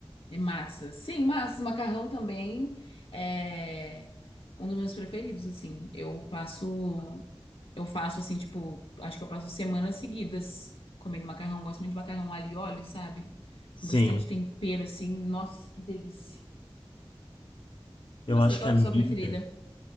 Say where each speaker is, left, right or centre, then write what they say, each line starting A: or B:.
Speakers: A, on the left (about 75°); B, on the left (about 60°).
A: É massa. Sim, massa. Macarrão também é um dos meus preferidos, assim. Eu passo. Eu faço, assim, tipo. Acho que eu passo semanas seguidas comendo macarrão. Gosto muito de macarrão alho e óleo, sabe? Com
B: Sim.
A: bastante tempero, assim. Nossa, que delícia. E
B: Eu
A: você,
B: acho
A: qual
B: que a
A: que
B: minha.
A: é a sua preferida?